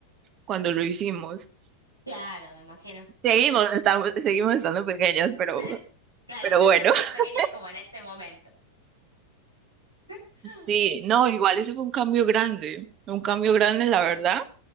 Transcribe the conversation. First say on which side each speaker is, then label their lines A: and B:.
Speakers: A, on the right; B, on the right.
A: cuando lo hicimos.
B: claro, me imagino.
A: Seguimos, estamos, seguimos estando pequeñas, pero,
B: <laughs> Claro,
A: pero
B: pero
A: bueno,
B: no tan
A: <laughs>
B: pequeñas como en ese momento. <gasps>
A: sí, no, igual eso fue un cambio grande, un cambio grande, la verdad,